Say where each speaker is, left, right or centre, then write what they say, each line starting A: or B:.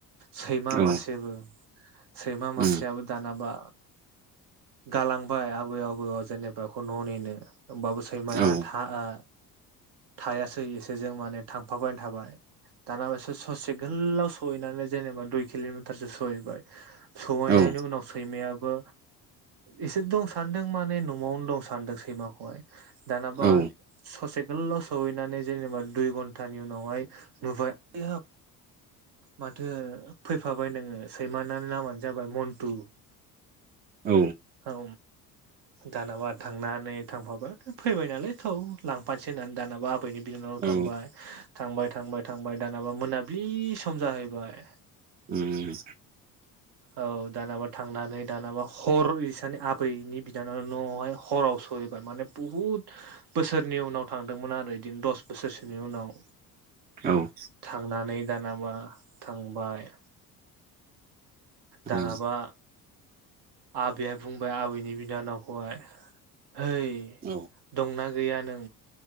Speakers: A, on the right; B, on the right.
A: सैमा
B: औ
A: मासे बो सैमा मासेयाबो
B: उम
A: जानाबा गालांबाय आबै आबौआव जेनेबा बेखौ न' नेनो होमबाबो सैमाया
B: औ
A: था आ थायासै इसोरजों माने थांफाबाय थाबाय दाना बे ससे गोलाव सहैनानै जेनेबा दुइ किल'मिटारसो सहैबाय सहैनायनि
B: औ
A: उनाव सैमायाबो एसे दं सान्दों माने न'आवनो दं सानदों सैमाखौहाय दानाबा
B: उम
A: ससे गोलाव' सहैनानै जेनेबा दुइ घन्टानि उनावहाय नुबायाब माथो फैफाबाय नोङो सैमानानि नामानो जाबाय मन्तु
B: औ
A: औ दानाबा थांनानै थांफाबाय फैबाय नालाय थ' लांफानोसै होननानै दानाबा आबैनि बिना
B: औ उम औ
A: थांबाय थांबाय थांबाय थांबाय दानाबा मोनाब्लि सम जाहैबाय
B: उम
A: औ दानाबा थांनानै दानाबा हर इसानि आबैनि बिनानावा न'आवहाय हराव सहैबाय माने बुहुद बहुद बोसोरनि उनाव थांदोंमोन आरो बिदिनो दस बोसोरसोनि उनाव
B: औ
A: थांनानै दानाबा थांबाय दानाबा
B: उम
A: आबैया बुंबाय आबैनि बिनानावखौहाय हैै
B: औ
A: दंना गैया नों